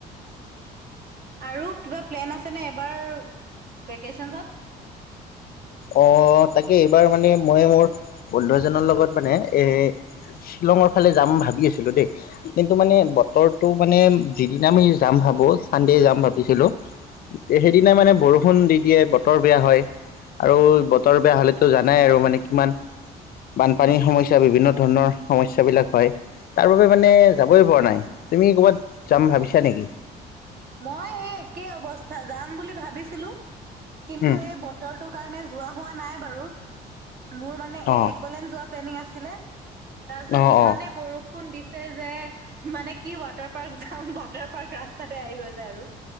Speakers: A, on the right (about 60°); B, on the left (about 55°).
A: আৰু কিবা প্লেন আছেনে এবাৰ ভেকেশ্যনছত
B: অ তাকে এইবাৰ মানে মই মোৰ বন্ধু এজনৰ লগত মানে এ শ্বিলঙৰ ফালে যাম ভাবি আছিলো দেই কিন্তু মানে বতৰটো মানে যিদিনা আমি যাম ভাবো চানদে যাম ভাবিছিলো সেইদিনা মানে বৰষুণ দি দিয়ে বতৰ বেয়া হয় আৰু বতৰ বেয়া হলেতো জানাই আৰু মানে কিমান বানপানীৰ সমস্যা বিভিন্ন ধৰণৰ সমস্যাবিলাক হয় তাৰ বাবে মানে যাবই পৰা নাই তুমি ক'ৰবাত যাম ভাবিছা নেকি
A: মই এই একেই অৱস্থা যাম বুলি ভাবিছিলো কিন্তু
B: উম।
A: এই বতৰটো কাৰণে যোৱা হোৱা নাই বাৰু মোৰ মানে এই
B: অ',
A: একোয়েলেনতত পেল্লিং আছিলে তাৰপিছত
B: অ',
A: ইমানে
B: অ',
A: বৰষুণ ফোন দিছে যে মানে কি ৱাটাৰ পাৰ্ক যাম ৱাটাৰ পাৰ্ক ৰাস্তাত তে আহি গৈ যায় আৰু